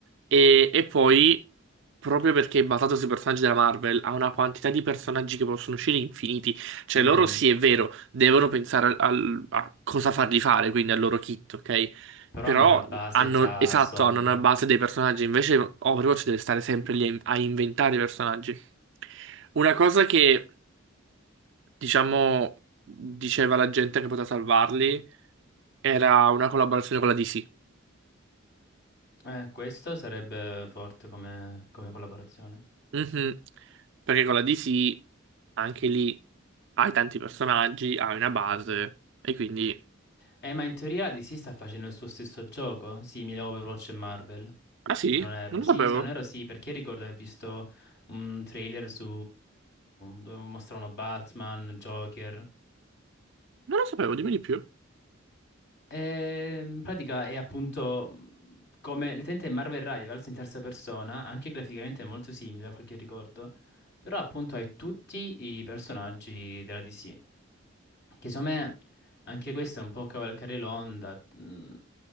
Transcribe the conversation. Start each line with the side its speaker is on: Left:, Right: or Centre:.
Right: E, e poi, proprio perché è basato sui personaggi della Marvel, ha una quantità di personaggi che possono uscire infiniti. Cioè,
Left: Mhm.
Right: loro sì, è vero, devono pensare al- a cosa farli fare, quindi al loro kit, ok?
Left: Però
Right: Però
Left: hanno una base
Right: hanno,
Left: già
Right: esatto,
Left: solida.
Right: hanno una base dei personaggi. Invece, Overwatch deve stare sempre lì a a inventare i personaggi. Una cosa che, diciamo, diceva la gente che poteva salvarli era una collaborazione con la DC.
Left: Eh, questo sarebbe forte come, come collaborazione.
Right: Mhm. Perché con la DC anche lì hai tanti personaggi, hai una base e quindi...
Left: Eh, ma in teoria la DC sta facendo il suo stesso gioco, simile a Overwatch e Marvel.
Right: Ah sì?
Left: Se non erro,
Right: Non
Left: sì,
Right: lo sapevo.
Left: se non erro sì, perché ricordo di aver visto un trailer su... dove mostravano Batman, Joker.
Right: Non lo sapevo, dimmi di più.
Left: Eh, in pratica è appunto mh, come l'utente Marvel Rivals in terza persona, anche graficamente è molto simile da quel che ricordo, però appunto hai tutti i personaggi della DC, che secondo me anche questo è un po' cavalcare l'onda, mh, non